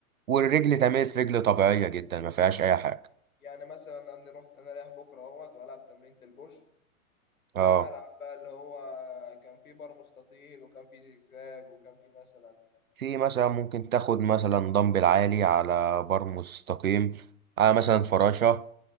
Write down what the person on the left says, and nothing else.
يعني
يعني مثلا انا رحت انا رايح بكره اهوت والعب تمرينة البوش
آه، ألعب بقى اللي هو كان في بار مستطيل وكان في زجزاج وكان في مثلا